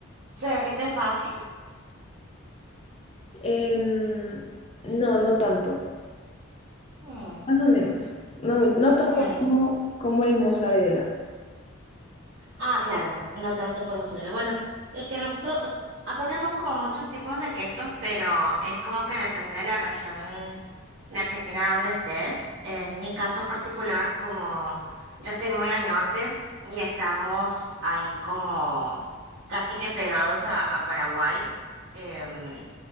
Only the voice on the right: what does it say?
se derrite fácil,
Mm,
más
o menos.
Ah, claro, no tanto con mozzarella. Bueno, el que nosotros, o sea, acá tenemos como muchos tipos de quesos, pero es como que depende de la región de Argentina donde estés. En mi caso particular, como yo estoy muy al norte y estamos ahí como casi que pegados a, a Paraguay, em,